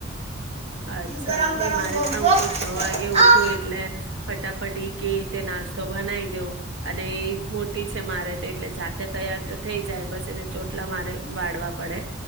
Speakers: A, on the right (about 70°); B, on the right (about 30°).
A: અચ્છા
B: ગરમ
A: અને
B: ગરમ
A: મારે
B: ગોપ
A: પણ
B: ગોપ
A: હું તો છ વાગે ઉઠું
B: આ.
A: એટલે ફટાફટી કે જે નાસ્તો બનાવી દઉં અને એ મોટી છે મારે એટલે જાતે તૈયાર તો થઈ જાય બસ એને ચોટલા મારે વાળવા પડે